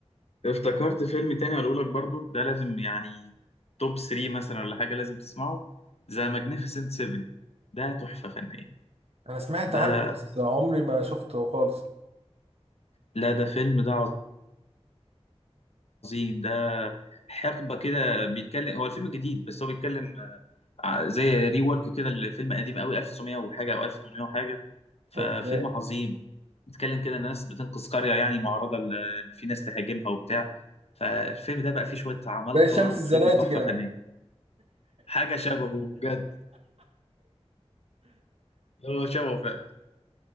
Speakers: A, on the left; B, on the right.
A: افتكرت فيلم تاني اقول لك برضو ده لازم يعني توب 3 مثلا ولا حاجه لازم تسمعه ذا ماجنيفيسنت 7 ده تحفه فنيه
B: انا سمعت
A: ده
B: عنه بس عمري ما شفته خالص
A: لا ده فيلم ده عظيم ده حقبه كده بيتكلم هو الفيلم جديد بس هو بيتكلم ع- زي ري ورك كده لفيلم قديم قوي 1900 وحاجه او 1800 وحاجه ففيلم
B: اوكي
A: عظيم بيتكلم كده ان ناس بتنقذ قريه يعني معرضه ل- ان في ناس تهاجمها وبتاع فالفيلم ده بقى فيه شويه عمالقه
B: زي شمس
A: وفيلم
B: الزناتي
A: تحفه
B: كده
A: فنيه
B: يعني.
A: حاجه شبهه بجد هو شبهه فعلا